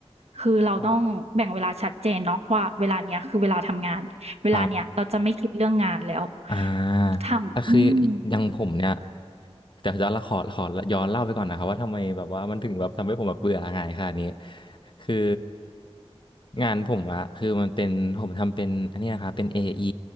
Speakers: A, on the right; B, on the left.
A: คือเราต้องแบ่งเวลาชัดเจนเนาะว่าเวลาเนี้ยคือเวลาทำงานเวลาเนี้ยเราจะไม่คิดเรื่องงานแล้ว
B: ครับครับอ่า
A: ทำอืม
B: แต่คืออย่างผมเนี่ย แต่จะละขอขอย้อนเล่าไปก่อนนะครับว่าทำไมแบบว่ามันถึงแบบทำให้ผมแบบเบื่องายขนค่ะนี้คืองานผมอะคือมันเป็นผมทำเป็นอันนี้นะครับเป็น AE